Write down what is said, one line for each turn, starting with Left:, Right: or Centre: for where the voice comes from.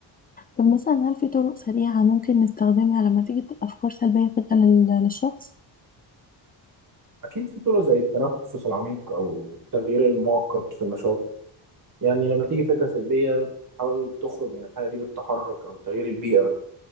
Left: طب مثلا هل في طرق سريعة ممكن نستخدمها لما تيجي افكار سلبية فجأة لل- للشخص
Right: اكيد في طرق زي التنفس العميق او التغيير المؤقت في النشاط يعني لما تيجي فكره سلبيه تحاول تخرج من الحاله دي بالتحرك او تغيير البيئه